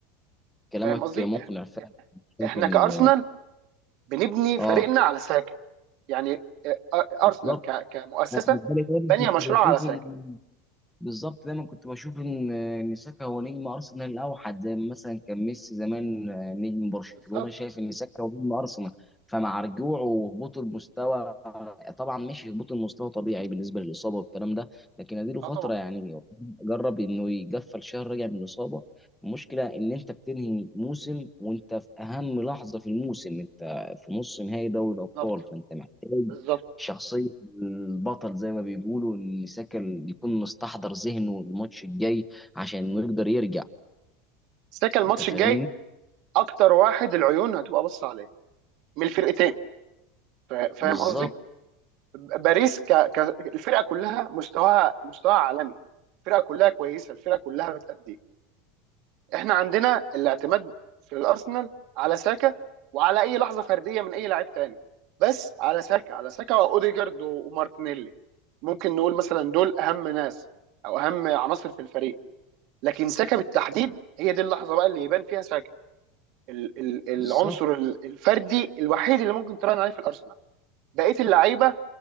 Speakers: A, in the centre; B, on the right.
A: كلامك
B: فاهم قصدي
A: مقنع
B: إح-
A: فعلا شايف
B: احنا
A: ان
B: كارسنال بنبني فريقنا
A: اه
B: على ساكا يعني آه، ارسنال
A: بالظبط
B: ك- كمؤسسه
A: انا بالنسبه لي دايما
B: بانيه
A: كنت
B: مشروع
A: بشوف
B: على ساكا
A: ان بالظبط دايما كنت بشوف ان ان ساكا هو نجم ارسنال الاوحد زي ما مثلا كان ميسي زمان آه، نجم برشلونه
B: بالظبط
A: شايف ان ساكا هو نجم ارسنال فمع رجوعه وهبوط المستوى آه، طبعا ماشي هبوط المستوى طبيعي بالنسبه للاصابه والكلام ده لكن اديله فتره
B: اه طبعا
A: يعني جرب انه يقفل شهر راجع من الاصابه المشكله ان انت بتنهي موسم وانت في اهم لحظه في الموسم انت في نص نهائي دوري
B: بالظبط
A: الابطال فانت محتاج
B: بالظبط
A: شخصية البطل زي ما بيقولوا إن ساكا يكون مستحضر ذهنه الماتش الجاي عشان إنه يقدر يرجع
B: ساكا الماتش
A: أنت فاهمني؟
B: الجاي اكتر واحد العيون هتبقى بص عليه من الفرقتين فا- فاهم
A: بالظبط
B: قصدي باريس ك... ك... الفرقه كلها مستواها مستواها عالمي الفرقه كلها كويسه الفرقه كلها بتأدي احنا عندنا الاعتماد في الارسنال على ساكا وعلى اي لحظه فرديه من اي لاعب تاني بس على ساكا على ساكا واوديجارد ومارتينيلي ممكن نقول مثلا دول اهم ناس او اهم عناصر في الفريق لكن ساكا بالتحديد هي دي اللحظه بقى اللي يبان فيها ساكا ال... ال... العنصر
A: بالظبط
B: ال- الفردي الوحيد اللي ممكن تراهن عليه في الارسنال بقيه اللعيبه